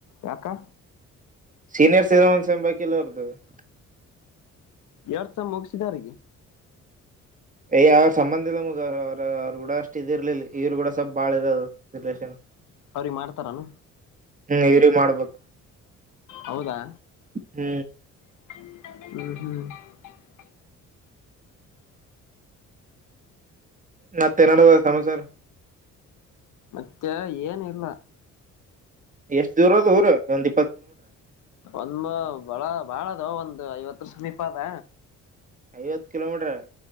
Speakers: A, on the left; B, on the right.
A: ಯಕ್ಕ
B: ಸೀನಿಯರ್ <inaudible> <unintelligible>
A: ಎರಡ್ ಸ ಮುಗಸಿದಾರಿಗೆ
B: ಯ ಅವ್ರ ಸಂಬಂಧ ಇಲ್ಲ ಮುಗ ಅವ್ರ ಅವ್ರರು ಕೂಡ ಅಷ್ಟ್ ಇದಿ ಇರ್ಲಿಲ್ಲ ಇವ್ರು ಕೂಡ ಸ್ವಲ್ಪ್ ಬಾಳ ಇ ರಿಲಷನ್
A: ಅವ್ರೀ ಮಾಡ್ತಾರಾನ
B: ಹ್ಮ್ ಇವ್ರ ಮಾಡ್ಬೇಕು
A: ಹೌದಾ
B: ಹ್ಮ್
A: <unintelligible>
B: <unintelligible> ಸಮಾಚರ
A: ಮತ್ತೆ ಏನ ಇಲ್ಲ
B: ಎಷ್ಟ್ ದೂರ ಅದ ಊರು ಒಂದ
A: ಒಂದ ಬಳ ಬಾಳದು ಒಂದು ಐವತ್ತುರ ಸಮೀಪ ಅದ
B: ಐವತ್ತು ಕಿಲೋಮೀಟರ್